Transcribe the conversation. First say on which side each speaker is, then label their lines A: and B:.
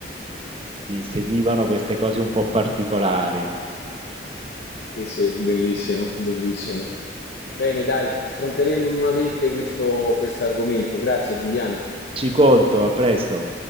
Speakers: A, on the right (about 30°); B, on the left (about 60°).
A: inseguivano queste cose un po' particolari.
B: sì, sì, bellissimo, bellissimo. Bene, dai, affronteremo nuovamente questo questo argomento. Grazie, Giuliano.
A: Ci conto, a presto.